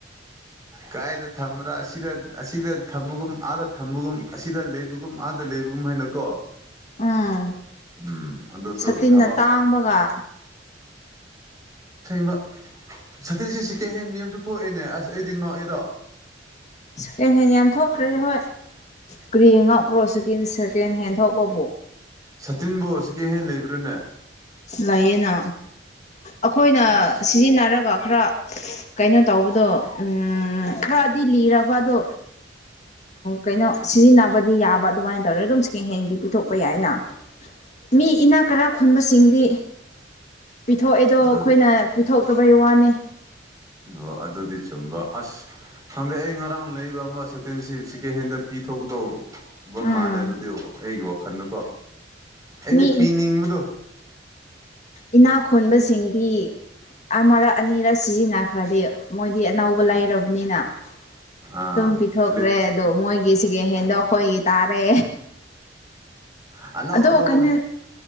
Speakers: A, on the right; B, on the left.
A: ꯀꯥꯏꯗ ꯊꯝꯕ꯭ꯔꯥ ꯑꯁꯤꯗ ꯑꯁꯤꯗ ꯊꯝꯃꯒꯨꯝ ꯑꯥꯗ ꯊꯝꯃꯒꯨꯝ ꯑꯁꯤꯗ ꯂꯩꯕꯒꯨꯝ ꯑꯥꯗ ꯂꯩꯕꯒꯨꯝ ꯍꯥꯏꯅꯀꯣ
B: ꯎꯝ
A: ꯎꯝ ꯑꯗꯨꯁꯨ
B: ꯁꯇꯤꯟꯅ
A: ꯊꯕꯛ
B: ꯇꯥꯡꯕꯒ
A: ꯕ ꯁꯇꯤꯟꯁꯤ ꯁꯤ ꯀꯦꯍꯦꯟ ꯃ꯭ꯌꯥꯝꯁꯨ ꯊꯣꯛꯑꯦꯅꯦ ꯑꯁ ꯑꯩꯗꯤ ꯅꯣ ꯑꯦꯗꯣ
B: ꯁꯦꯀꯦꯟ ꯍꯦꯟ ꯌꯥꯝ ꯊꯣꯛꯈ꯭ꯔꯦꯗ ꯍꯣꯏ ꯀ꯭ꯔꯤ ꯉꯛꯄ꯭ꯔꯣ ꯁꯤ ꯁꯦꯀꯦꯟ ꯍꯦꯟ ꯊꯣꯛꯄꯕꯨ
A: ꯁꯇꯤꯟꯕꯨ ꯁꯦꯀꯦꯟ ꯍꯦꯟ ꯂꯩꯕ꯭ꯔꯥꯅꯦ
B: ꯂꯩꯌꯦꯅ ꯑꯈꯣꯏꯅ
A: ꯑꯁ
B: ꯁꯤꯖꯤꯟꯅꯔꯒ ꯈꯔ ꯀꯩꯅꯣ ꯇꯧꯕꯗꯣ ꯎꯝ ꯈꯔꯗꯤ ꯂꯤꯔ ꯕꯗꯣ ꯀꯩꯅꯣ ꯁꯤꯖꯤꯟꯅꯕꯗꯤ ꯌꯥꯕ ꯑꯗꯨꯃꯥꯏꯅ ꯇꯧꯔꯅ ꯑꯗꯨꯝ ꯁꯦꯀꯦꯟꯍꯦꯟꯒꯤ ꯄꯤꯊꯣꯛꯄ ꯌꯥꯏ ꯌꯥꯢꯅ ꯃꯤ ꯏꯅꯥ ꯀꯥꯔꯥ ꯈꯨꯟꯕꯁꯤꯡ ꯗꯤ ꯄꯤꯊꯣꯛꯑꯦꯗꯣ
A: ꯑꯗꯨ
B: ꯑꯈꯣꯏꯅ ꯄꯤꯊꯣꯛꯇꯕꯩ ꯋꯥꯅꯤ
A: ꯑꯣ ꯑꯗꯨꯗꯤ ꯆꯨꯝꯕ ꯑꯁ ꯁꯪꯗꯩ ꯑꯩ ꯉꯔꯥꯡ ꯂꯩꯔꯤꯕ ꯑꯃ ꯁꯇꯤꯟꯁꯤ ꯁꯦꯀꯦꯟ ꯍꯦꯟꯗ ꯄꯤꯊꯣꯛꯀꯗꯧꯕ ꯕ
B: ꯎꯝ
A: ꯃꯥꯜꯂꯦ ꯑꯗꯨꯗꯤ ꯑꯩꯒꯤ ꯋꯥꯈꯜꯗꯀꯣ ꯑꯩꯗꯤ
B: ꯃꯤ
A: ꯄꯤꯅꯤꯡꯕꯗꯣ
B: ꯏꯅꯥꯈꯣꯟꯕꯁꯤꯡꯗꯤ ꯑꯃꯔꯛ ꯑꯅꯤꯔꯛ ꯁꯤꯖꯤꯟꯅꯈ꯭ꯔꯗꯤ ꯃꯣꯏꯗꯤ ꯑꯅꯧꯕ ꯂꯩꯔꯕꯅꯤꯅ
A: ꯑꯥ
B: ꯑꯗꯨꯝ ꯄꯤꯊꯣꯛꯈ꯭ꯔꯦ
A: ꯂꯤꯠ
B: ꯑꯗꯣ ꯃꯣꯏꯒꯤ ꯁꯤꯒ ꯍꯦꯟꯗꯣ ꯑꯩꯈꯣꯏꯒꯤ ꯇꯥꯔꯦ
A: ꯑꯅꯧ
B: ꯑꯗꯣ
A: ꯑꯅꯧ
B: ꯀꯩꯅꯣ